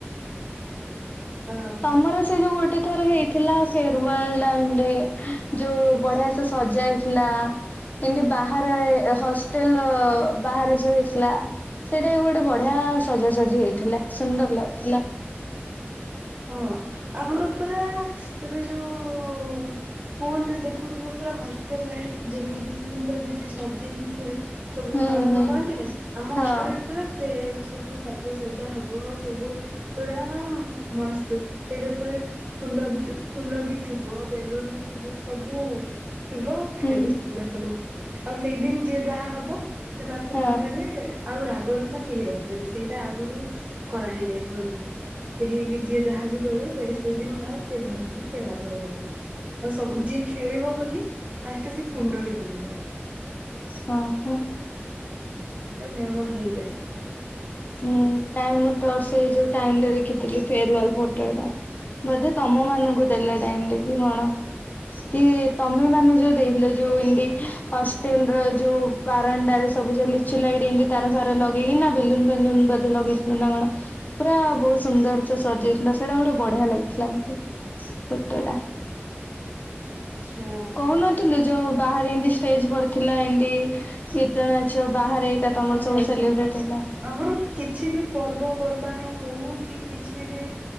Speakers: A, on the right (about 35°); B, on the left (about 40°).
A: ଆଉ।
B: ତମର ସେ ଯୋଉ ଗୋଟେ ଥରେ ହେଇ ଥିଲା ସେ ସେରୁୱାଲ ଡାଡେ ଯୋଉ ବଢିଆ ସେ ସଜାଇଥିଲା କେମିତି ବାହାରେ ହଷ୍ଟେଲ ବାହାରେ ସେ ଇସ୍ଲା ସେଇଟି ଗୋଟେ ବଢ଼ିଆ ସଜାସଜି ହେଇଥିଲା ସୁନ୍ଦର ଲାଗୁଥିଲା
A: ହଁ, ଆମର ପୁରା ଏବେ ଯୋଉ ଫୋନ୍ ରେ ଦେଖୋଉଥିବ ପୁରା ହଷ୍ଟେଲ ଲାଇଫ୍ ଯେମିତି ପୁରା ଯେମିତି ସଜେଇକି ସେ ସବୁ
B: ହୁଁ
A: ପାଳନ
B: ହୁଁ।
A: କରନ୍ତି ନି ଆମ
B: ହଁ
A: ହଷ୍ଟେଲ ପୁରା ସେମ୍ ସୁବୁ ସାଜସଜା ହବ। ବ ସବୁ ପୁରା ମସ୍ତ। ସେଇଟା ପୁଣି ଫୁଲ ବି ଫୁଲ ବି ଥିବ ବେଲୁନ୍ ବି ଥିବ। ଥିବ ସବୁ ଥିବ ଖେଳୁ
B: ହୁଁ
A: ପିଲା ସବୁ ଆଉ ସେଇଦିନ୍ ଯିଏ ଯାହା ହବ ସେମାନଙ୍କ
B: ହଁ
A: ମଧ୍ୟରେ ଆଉ ରାଗ ଋଷା କେହି ରଖିବେନି ସେଇଟା ଆଗୁରୁ କରାହେଇ ଯାଇଥିବ ଜିମି କେହି ଯିଏ ଯାହା ବି କରିବ ସେ ସେଇଦିନ ଆଉ କିଏ ଧରିବନି କିଏ ରାଗ ହବନି। ଆଉସବୁ ଯିଏ ଖେଳିବ ବୋଲି ଫାଷ୍ଟ ସେ କୁଣ୍ଡରେ ବୁଡ଼ିବ।
B: ହଁ, ହଁ।
A: ପୁରା ନିୟମ ହେଇଯାଇଥାଏ।
B: ହୁଁ, ନାଇଁ ମୁଁ ତ ସେଇ ଯୋଉ ଟାଇମ୍ ଦେଖିଥିଲି ଫେରୁୱଲ ଫୋଟୋ ଟା ବୋଧେ ତମ ମାନଙ୍କୁ ଦେଲେ ଡ଼ାଇଣ୍ଡିକି କଣ? କି ତମେ ମାନେ ଯୋଉ ଦେଇଥିଲ ଯୋଉ ଏମତି ହଷ୍ଟେଲ ର ଯୋଉ ବାରଣ୍ଡାରେ ସବୁଯୋଉ ଲିଚୁ ଲାଇଟି ଏମିତି ତାର ଫାର ଲଗେଇକିନା ବେଲୁନ ଫେଲୁନ ବୋଧେ ଲଗେଇ ଥିଲୁ ନା କଣ। ପୁରା ବହୁତ ସୁନ୍ଦର ସେ ସଜେଇଥିଲା ସେଇଟା ଗୋଟେ ବଢ଼ିଆ ଲାଗିଥିଲା ମତେ ପେଟଟା
A: ଆଛା।
B: କହୁନଥିଲୁ ଯୋଉ ବାହାରେ ଏମତି ଷ୍ଟେଜ ପଢ଼ିଥିଲା ଏମତି ଗୀତ ନାଚ ବାହାରେ ଏକା ତମର
A: ଆଚ୍ଛା
B: ସବୁ
A: ଆଚ୍ଛା
B: ସେଲିବ୍ରେଟ ହେଲା।
A: ଆମର କିଛି ବି ପର୍ବପର୍ବାଣୀ ହୋଉ କି କିଛି ବି